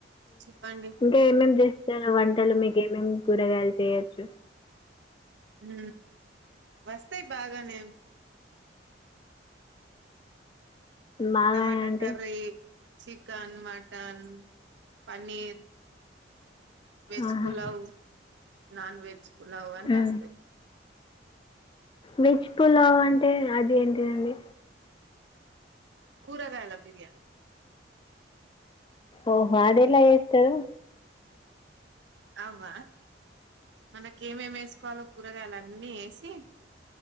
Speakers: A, on the right; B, on the left.
A: చెప్పండి
B: ఇంకా ఏమేమి చేస్తారు వంటలు మీకు ఏమేం కూరగాయలు చేయొచ్చు
A: ఉ వస్తాయి బాగానే
B: బాగా
A: టమాటా
B: అంటే
A: curry chicken mutton paneer veg
B: ఆహా.
A: పులావ్ నన్ వెజ్ పులావ్ అన్ని
B: ఉమ్.
A: వస్తాయి
B: వెజ్ పులావ్ అంటే అది ఏంటిదండి
A: కూరగాయలా బిర్యానీ
B: ఓహో అదెలా చేస్తారు
A: అవ్వ మనకి ఏమేం వేసుకోవాలో కూరగాయలుఅన్నీ వేసి